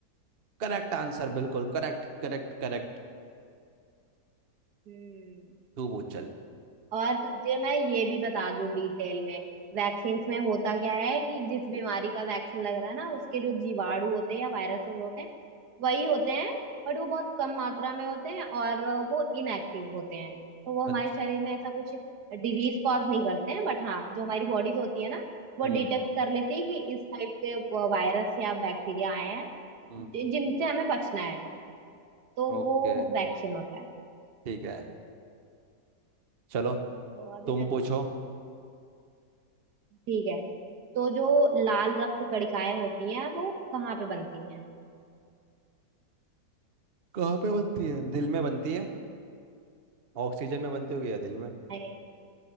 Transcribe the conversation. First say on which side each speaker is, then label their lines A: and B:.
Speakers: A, on the right (about 40°); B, on the right (about 75°).
A: करेक्ट आंसर बिल्कुल करेक्ट करेक्ट करेक्ट
B: हम्म antibodies।
A: तू पूछ चल
B: और तुझे मैं ये भी बता दूं डिटेल में वैक्सीन्स में होता क्या है कि जिस बीमारी का वैक्सीन लग रहा है ना उसके जो जीवाणु होते हैं या वायरस होते हैं वही होते हैं बट वो बहुत कम मात्रा में होते हैं और वो इनएक्टिव होते हैं तो वो हमारे
A: अच्छा
B: शरीर में ऐसा कुछ डिजीज कॉज नहीं करते हैं बट हाँ जो हमारी बॉडीज होती है ना वो
A: हम्म
B: डिटेक्ट कर लेती है कि इस टाइप के वायरस या बैक्टीरिया आए हैं
A: हम्म
B: जि- जिनसे हमें बचना है तो
A: ओके
B: वो वैक्सीन होता है
A: ठीक
B: हम्म
A: है चलो
B: तो अभी
A: तुम
B: मैं
A: पूछो
B: ठीक है तो जो लाल रक्त कणिकाएं होती हैं वो कहाँ पे बनती हैं
A: कहाँ पे बनती है दिल में बनती है ऑक्सीजन में बनती होगी या दिल में
B: नहीं